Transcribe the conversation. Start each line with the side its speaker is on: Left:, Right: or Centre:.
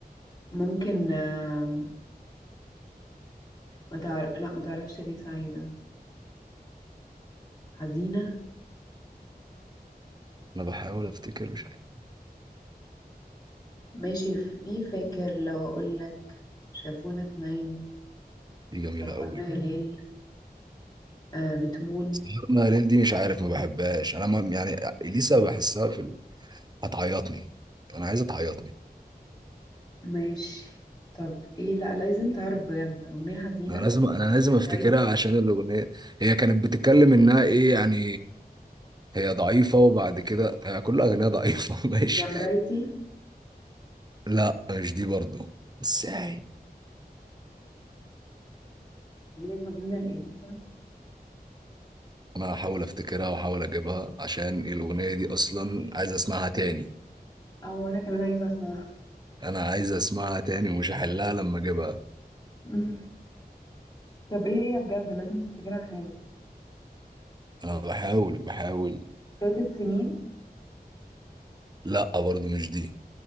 Left: ممكن آه ما تعرف لا ما تعرفش ليه سعيدة حزينة
Right: انا بحاول افتكر مش عارف
Left: ماشي في فاكر لو أقول لك شافونا اتنين
Right: دي جميله
Left: سهرنا
Right: قوي
Left: يا ليل آه بتمون
Right: سهرنا ليل دي مش عارف ما بحبهاش انا ما يعني اليسا بحسها في ال... هتعيطني انا عايزه تعيطني
Left: ماشي طب ايه لا لازم تعرف بجد أغنية حزينة
Right: انا لازم انا لازم
Left: يا
Right: افتكرها
Left: مرايتي
Right: عشان الاغنيه هي كانت بتتكلم انها ايه يعني هي ضعيفة وبعد كده هي كل أغنية ضعيفة <laughs> ماشي
Left: يا مرايتي
Right: لا مش دي برضو ازاي
Left: أغنية حزينة لإليسا
Right: أنا هحاول أفتكرها وأحاول أجيبها عشان الأغنية دي أصلا عايز أسمعها تاني
Left: اه وأنا كمان عايزة أسمعها
Right: أنا عايز أسمعها تاني ومش هحلها لما أجيبها
Left: <laughs> طب ايه هي بجد لازم تفتكرها حالا
Right: أنا بحاول بحاول
Left: فاتت سنين
Right: لا برضو مش دي